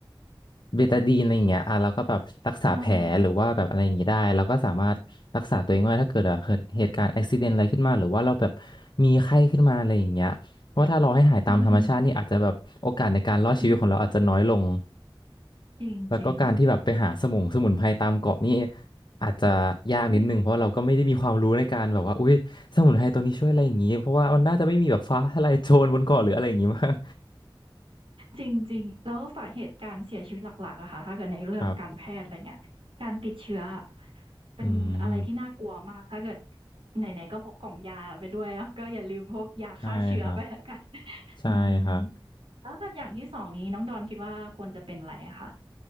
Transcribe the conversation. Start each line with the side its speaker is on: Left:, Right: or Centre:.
Left: เบตาดีนอะไรอย่างเงี้ยอ่ะเราก็แบบรักษาแผลหรือว่าแบบอะไรอย่างงี้ได้เราก็สามารถรักษาตัวเองได้ถ้าเกิดอ่ะเกิดเหตุการณ์แอคซิเดนอะไรขึ้นมาหรือว่าเราแบบ
Right: ออา
Left: มีไข้ขึ้นมาอะไรอย่างเงี้ย เพราะว่าถ้าเราให้หายตามธรรมชาตินี่อาจจะแบบโอกาสในการรอดชีวิตของเราอาจจะน้อยลง
Right: อืมอืมจริงจริง
Left: แล้วก็การที่แบบไปหาสมุนสมุนไพรตามเกาะนี่อาจจะยากนิดนึงเพราะเราก็ไม่ได้มีความรู้ในการแบบว่าอุ้ยสมุนไพรตัวนี้ช่วยอะไรอย่างงี้เพราะว่ามันน่าจะไม่มีแบบฟ้าทะลายโจรบนเกาะหรืออะไรอย่างงี้มาก
Right: นี่จริงๆแล้วสาเหตุการเสียชีวิตหลักๆอะค่ะถ้าเกิดในเรื่องการแพทย์อะไรเงี้ยการติดเชื้อ
Left: ครับ
Right: เป็นอะไรที่น่ากลัวมากถ้าเกิด
Left: อืม
Right: ไหนๆก็พกกล่องยาไปด้วยแล้วก็อย่าลืมพกยาฆ่าเชื้อไปแล้วกัน
Left: ใช่ครับ
Right: <laughs>
Left: ใช่ครับ
Right: อืมแล้วถ้าอย่างที่สองนี้น้องดอนคิดว่าควรจะเป็นอะไรอะคะ